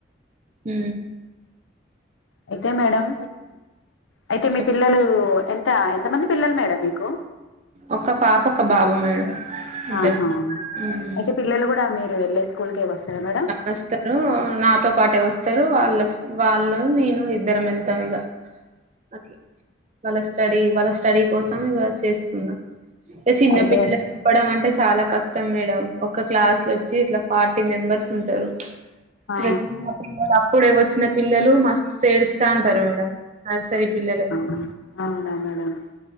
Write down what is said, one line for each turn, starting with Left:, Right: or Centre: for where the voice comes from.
Right: హు
Left: అయితే మేడం అయితే మీ
Right: చెప్
Left: పిల్లలు ఎం త ఎంత మంది పిల్లలు మేడం మీకు
Right: ఒక్క పాప ఒక్క బాబు మేడం ఇద్దరు
Left: ఆహా
Right: మ్మ్
Left: అయితే పిల్లలు గుడా మీరు వెళ్ళే స్కూల్కేకె వస్తారా మేడం
Right: వస్తరు నాతో పాటే వస్తరు వాళ్ళ వాళ్ళు నేను ఇద్దరం వెళ్తాం ఇగ అట్లా వాళ్ళ స్టడీ వాళ్ళ స్టడీ కోసం చేస్తున్నా ఇ చిన్న
Left: అయితే
Right: పిల్లలు చెప్పడం అంటే చాలా కష్టం మేడం ఒక క్లాస్ లో వచ్చి ఇట్లా పార్టీ మెంబర్స్ ఉంటారు
Left: ఆ
Right: ఇగ చిన్న పిల్లల ఇప్పుడే వచ్చిన పిల్లలు మస్త్ ఎడుస్తా ఉంటారు మేడం నర్సరీ పిల్లలలె.
Left: ఆహ్ అవునా మేడం.